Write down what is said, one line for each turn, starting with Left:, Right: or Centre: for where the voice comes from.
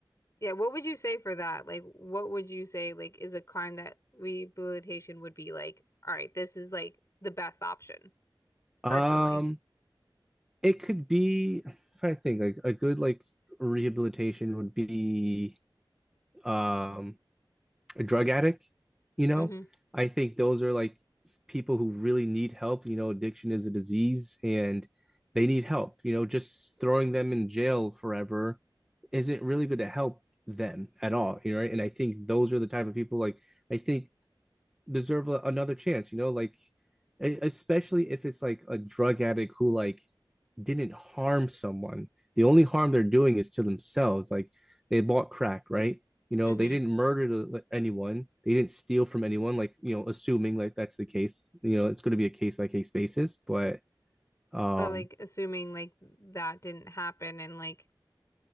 Left: Yeah, what would you say for that? Like, what would you say like is a crime that rehabilitation would be like, all right, this is like the best option,
Centre: um
Left: personally.
Centre: it could be I'm trying to think like a good like rehabilitation would be um a drug addict, you know?
Left: hmm
Centre: I think those are like s- people who really need help, you know, addiction is a disease and they need help. You know, just throwing them in jail forever isn't really going to help them at all, you know, right? And I think those are the type of people like I think deserve a, another chance, you know, like e- especially if it's like a drug addict who like didn't harm someone. The only harm they're doing is to themselves. Like they bought crack, right? You know,
Left: hmm
Centre: they didn't murder anyone. They didn't steal from anyone. Like you know, assuming like that's the case. You know, it's going to be a case by case basis. But um,
Left: But like assuming like that didn't happen and like